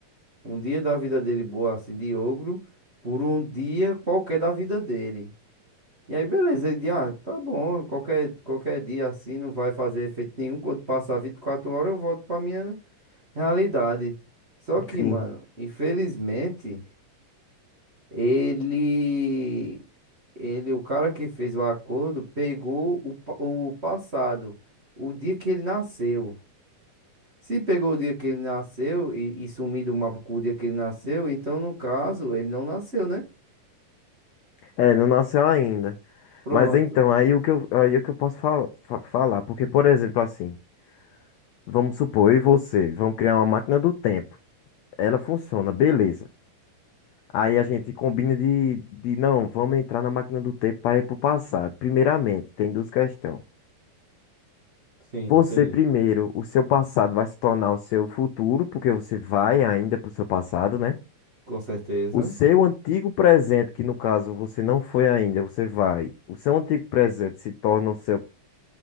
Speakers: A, on the right (about 25°); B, on the left (about 80°).
A: um dia da vida dele boa assim de ogro, por um dia qualquer da vida dele. E aí, beleza, ele diz, ah, tá bom, qualquer, qualquer dia assim não vai fazer efeito nenhum. Quando passar 24 horas, eu volto pra minha realidade. Só que,
B: Sim.
A: mano, infelizmente, ele, ele, o cara que fez o acordo, pegou o, pa- o passado, o dia que ele nasceu. Se pegou o dia que ele nasceu e, e sumir do mapa com o dia que ele nasceu, então no caso ele não nasceu, né?
B: É, não nasceu ainda.
A: Pronto.
B: Mas então, aí o que eu, aí o que eu posso fala- fa- falar? Porque, por exemplo, assim, vamos supor, eu e você, vamos criar uma máquina do tempo. Ela funciona, beleza. Aí a gente combina de, de não, vamos entrar na máquina do tempo para ir pro passado. Primeiramente, tem duas questões.
A: Sim,
B: Você
A: entendi.
B: primeiro, o seu passado vai se tornar o seu futuro, porque você vai ainda pro seu passado, né?
A: Com certeza.
B: O seu antigo presente, que no caso você não foi ainda, você vai. O seu antigo presente se torna o seu